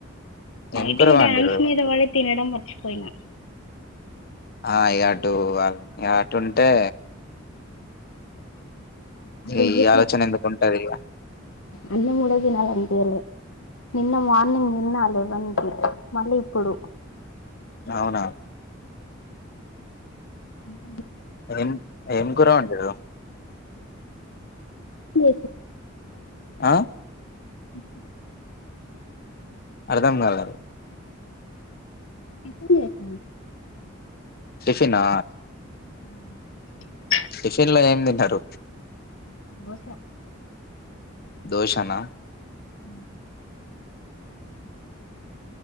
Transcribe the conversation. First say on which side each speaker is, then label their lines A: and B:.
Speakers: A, on the left; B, on the left.
A: నైటిగా
B: ఏం కూర వండిర్రు
A: డ్యాన్స్ మీద వ తినడం మర్చిపోయినా
B: ఆ ఇ అటు ఇ అటు ఉంటే
A: ఆ డీజే
B: ఏ ఈ ఆలోచనంద ఉంటది
A: అన్న కూడా తినాలినిలే నిన్న మార్నింగ్ తిన్న లెవెన్ కి మళ్ళీ ఇప్పుడు
B: అవునా
A: అ
B: ఏం ఏం కురవండి
A: ఎ
B: ఆ
A: ఇ
B: అర్థంకాలే
A: ఇస లేస
B: టిఫన్ అ
A: అ
B: టిఫిన్ లో ఏం తిన్నారు
A: దోస
B: దోషనా
A: అ